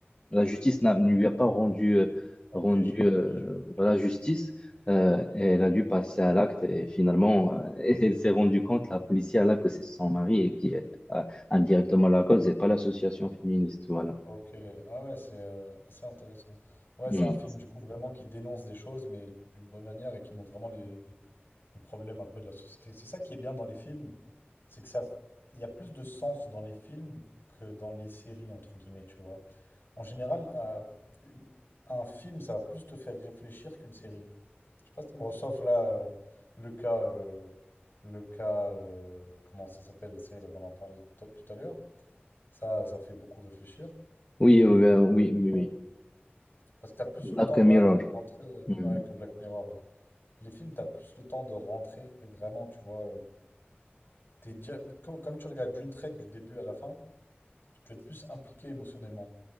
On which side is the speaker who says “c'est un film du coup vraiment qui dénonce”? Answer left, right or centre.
Left